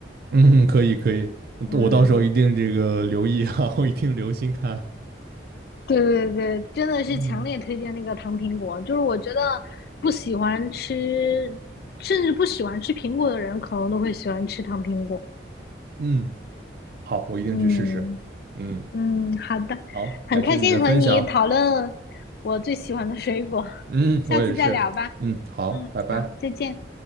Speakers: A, on the right; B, on the left.
A: 嗯，可以可以，嗯我到时候一定这个留意啊，
B: 嗯，
A: <laughs> 我一定留心看。
B: 对对对，真的是强烈推荐那个糖苹果。
A: 嗯
B: 就是我觉得不喜欢吃，甚至不喜欢吃苹果的人，可能都会喜欢吃糖苹果。
A: 嗯，好，我一定去试试。
B: 嗯。
A: 嗯，
B: 嗯，好的，
A: 好，
B: 很开心和你讨论我最喜欢的水果，
A: 感谢你的分享。嗯，
B: 下次再聊吧。
A: 我也是。嗯，好，
B: 嗯，
A: 拜拜。
B: 好，再见。